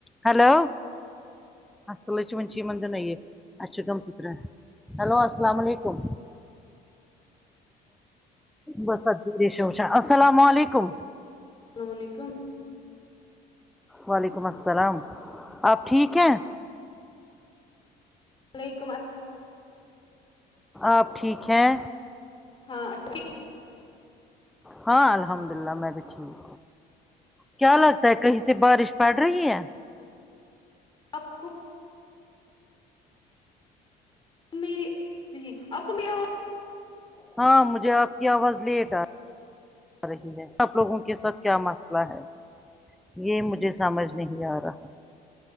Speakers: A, in the centre; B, on the left.
A: Hello اسلچ منچے یہ مند نہیں ہے اچھ گم ستر <unintelligible> ہیلو السلام علیکم بس ا دھیشچا <unintelligible> السلام علیکم
B: السلام علیکم
A: وعلیکم السلام آپ ٹھیک ہیں
B: وعلیکم اس
A: آپ ٹھیک ہیں
B: ہاں اچھا
A: ہاں الحمد للہ میں بھی ٹھیک کیا لگتا ہے کہیں سے بارش پڑ رہی ہے
B: آپکو میری نہیں آپ کو میں آواز
A: ہاں مجھے آپ کی آواز لیٹ آ رہی ہے سب لوگوں کے ساتھ کیا مسئلہ ہے یہ مجھے سمجھ نہیں آ رہا